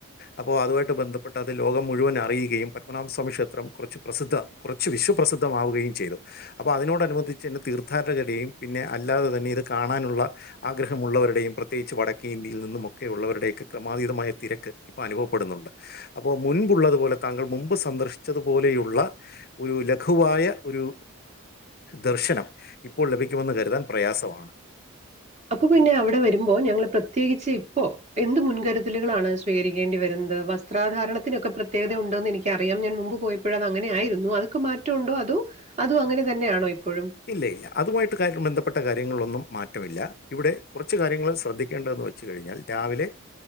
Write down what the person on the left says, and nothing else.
അപ്പ അതുവായിട്ട് ബന്ധപ്പെട്ട അത് ലോകം മുഴുവൻ അറിയുകയും പത്മനാഭസ്വാമി ക്ഷേത്രം കുറച്ച് പ്രസിദ്ധ കുറച്ച് വിശ്വപ്രസി ദ്ധമാവുകയും ചെയ്തു. അപ്പൊ അതിനോടനുബന്ധിച്ച് ഇന്ന് തീർഥാർടകർടെയും പിന്നെ അല്ലാതെ തന്നെ ഇത് കാണാനുള്ള ആഗ്രഹമുള്ളവരുടെയും പ്രത്യേകിച്ച് വടക്കേ ഇന്ത്യയിൽ നിന്നും ഒക്കെയുള്ളവരുടെയൊക്കെ ക്രമാതീതമായ തിരക്ക് ഇപ്പം അനുഭവപ്പെടു ന്നുണ്ട് അപ്പൊ മുൻപുള്ളതു പോലെ താങ്കൾ മുമ്പ് സന്ദർശിച്ചതുപോലെയുള്ള ഒരു ലഘുവായ ഒരു ദർശനം ഇപ്പോൾ ലഭിക്കുമെന്ന് കരുതാൻ പ്രയാസമാണ്
ഇല്ല ഇല്ല അതുമായിട്ട് കാര് ബന്ധപ്പെട്ട കാര്യങ്ങളൊന്നും മാറ്റമില്ല ഇവിടെ കുറച്ച് കാര്യങ്ങൾ ശ്രദ്ധിക്കേണ്ടതെന്ന് വെച്ച് കഴിഞ്ഞാൽ രാവിലെ